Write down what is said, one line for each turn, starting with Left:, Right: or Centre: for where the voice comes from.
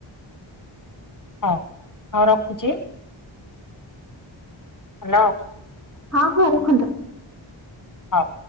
Left: ହଉ ହଉ ରଖୁଚି। ହାଲୋ।
Right: ହଁ ହଁ ରଖନ୍ତୁ।
Left: ହଉ।